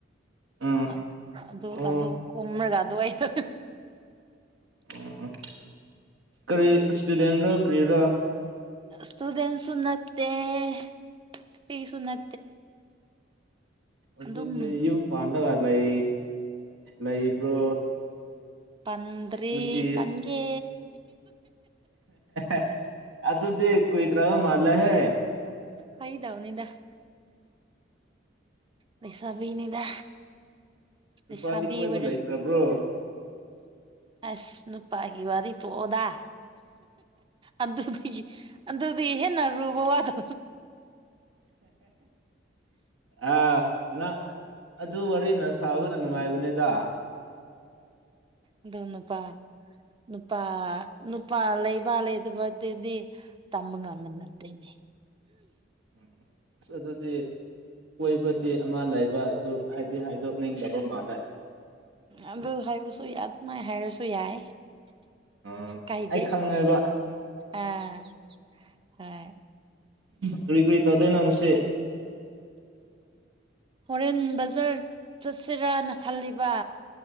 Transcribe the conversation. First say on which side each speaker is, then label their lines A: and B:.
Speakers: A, on the right; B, on the right.
A: ꯎꯝ
B: ꯑꯗꯨ ꯑꯗꯨ
A: ꯑꯣ
B: ꯑꯗꯨ ꯀꯃ꯭ꯔꯒ ꯑꯗꯨ ꯑꯩꯗꯣ
A: ꯑꯣ ꯀꯔꯤ ꯏꯁꯇꯨꯗꯦꯟ ꯀꯔꯤꯔꯥ
B: ꯁꯇꯨꯗꯦꯟ ꯎꯅꯦ ꯐꯤꯁꯨꯅ
A: ꯑꯗꯨꯗꯤ
B: ꯑꯗꯨꯝ
A: ꯐꯥꯟꯗ ꯂꯩ ꯂꯩꯕ꯭ꯔꯣ
B: ꯄꯟꯗ꯭ꯔꯤ
A: ꯅꯨꯄꯤ
B: ꯄꯟꯒꯦ
A: ꯑ ꯑꯗꯨꯗꯤ ꯀꯣꯏꯗꯔꯥ ꯃꯜꯂ ꯍꯦ
B: ꯍꯣꯏꯗꯥꯎꯅꯤꯗ ꯂꯩꯁꯕꯤꯅꯤꯗꯥ
A: ꯅꯨꯄꯥꯗꯤ
B: ꯂꯩꯁꯕꯤꯕꯔꯁꯨꯣ
A: ꯀꯣꯏꯕ ꯂꯩꯈ꯭ꯔꯕ꯭ꯔꯣ
B: ꯑꯁ ꯅꯨꯄꯥꯒꯤ ꯋꯥꯔꯤ ꯇꯣꯛꯑꯣꯗꯥ ꯑꯗꯗꯤ ꯑꯟꯗꯗꯤ ꯍꯦꯟꯅ ꯔꯨꯕꯋꯥꯗ
A: ꯑ ꯉ ꯑꯗꯨ ꯋꯥꯔꯤꯅ ꯁꯥꯕꯅ ꯅꯨꯡꯉꯥꯏꯕꯅꯤꯗ
B: ꯑꯗꯨꯣꯅꯄꯥ ꯅꯨꯄꯥ ꯅꯨꯄꯥ ꯂꯩꯕ ꯂꯩꯇꯕ ꯑꯗꯨꯗꯤ ꯇꯝꯕ ꯉꯃꯅꯠꯇꯅꯦ
A: ꯎꯝ ꯑꯁ ꯑꯗꯨꯗꯤ ꯀꯣꯏꯕꯗꯤ ꯑꯃ ꯂꯥꯏ ꯑꯗꯨ ꯍꯥꯏꯗꯤ ꯍꯥꯏꯗꯣꯛꯅꯤꯡꯗꯕ ꯃꯥꯅ
B: ꯑꯗꯨ ꯍꯥꯏꯕꯁꯨ ꯌꯥ ꯑꯗꯨꯅꯥꯏ ꯍꯥꯏꯔꯁꯨ ꯌꯥꯏ
A: ꯑ
B: ꯀꯥꯏꯗꯦ
A: ꯑꯩ ꯈꯪꯉꯦꯕ
B: ꯑꯥ ꯍꯣꯏ
A: ꯀꯨꯔꯤꯏ ꯀꯨꯔꯤꯏ ꯇꯧꯗꯣꯏ ꯅꯪꯉꯁꯦ
B: ꯍꯣꯔꯦꯟ ꯕꯖꯥꯔ ꯆꯠꯁꯤꯔꯅ ꯈꯜꯂꯤꯕ